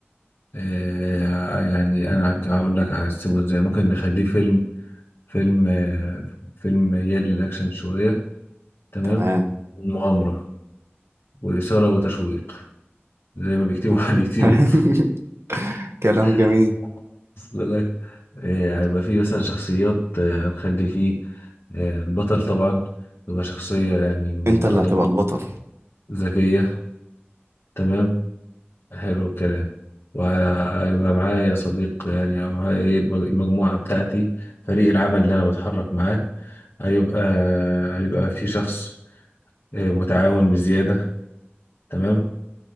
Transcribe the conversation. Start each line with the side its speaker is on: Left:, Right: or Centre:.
Left: آه يعني انا هقول لك هقسمه ازاي ممكن نخليه فيلم فيلم آه فيلم يلي الاكشن شويه تمام
Right: تمام
Left: المغامره واثاره وتشويق زي ما بيكتبوا على اليوتيوب
Right: <laughs> كلام جميل
Left: <laughs> وصل لك آه، هيبقى فيه مثلا شخصيات آه، هنخلي فيه آه، البطل طبعا يبقى شخصية يعني مخضرمة
Right: انت اللي هتبقى البطل
Left: ذكية تمام حلو الكلام وهيبقى معايا يا صديق يعني هيبقى معايا ايه المج- المجموعة بتاعتي فريق العمل اللي انا بتحرك معاه هيبقى هيبقى في شخص آه، متعاون بزيادة تمام